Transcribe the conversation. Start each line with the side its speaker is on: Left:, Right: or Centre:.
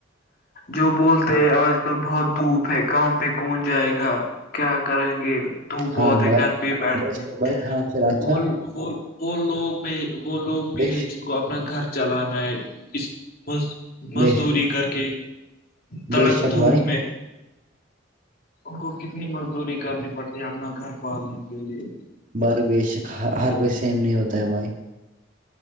Left: جو بولتے ہیں آج کل بہت دھوپ ہے کہاں پہ کون جائے گا کیا کریں گے دھوپ بہتے
Right: ہاں بھائی
Left: گھر پہ ہی بیٹھتے
Right: بے شک بھائی ہاں پھر اچھا
Left: وہ وہ وہ لوگ بھی وہ لوگ بھی
Right: بے
Left: ہے جن کو اپنا گھر چلانا ہے اس مزدوری
Right: بے
Left: کر کے تڑک
Right: بے شک
Left: دھوپ
Right: بھائی
Left: میں ان کو کتنی مزدوری کرنی پڑتی ہے اپنا گھر پالنے کے لیے
Right: بائی بے شک ہر کوئی سیم نہیں ہوتا ہے بھائی